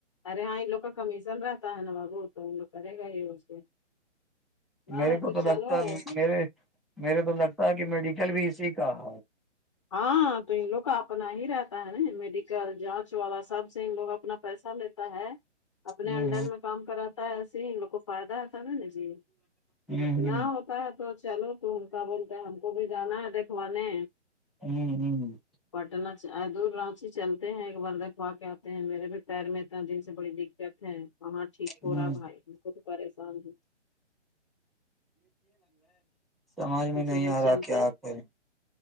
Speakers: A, on the left; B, in the centre.
A: ارے ہاں ان لوگ کا کمیشن رہتا ہے نا بابو تو ان لوگ کرے گا ہی سے نہ
B: میرے
A: ہے
B: کو تو
A: چلو
B: لگتا مے میرے تو لگتا ہے کہ میڈیکل بھی اسی کا ح
A: ہاں تو ان لوگ کا اپنا ہی رہتا ہے نا میڈیکل جانچ والا سب سے ان لوگ اپنا پیسہ لیتے اپنے
B: ہ
A: انڈر میں کام کراتا ہے ایسے ہی ان لوگ کو فائدہ ہےتا نا نا جی
B: ہ ہ
A: نہ ہوتا ہے تو چلو تو ان کا بولتے ہیں ہم کو بھی جانا ہے دیکھوانے
B: ہوں ہوں
A: پٹنہ دور رانچی چلتے ہیں ایک بر دکھوا کے آتے ہیں میرے بھی پیر میںت دن سے بڑی دقت وہاں ٹھیک ہو
B: ہ ہ
A: رہا بھائی بک تو پریشان ہ
B: سمج میں
A: کسی
B: نہیں
A: دن
B: آ رہا
A: چلتے
B: کیا کریں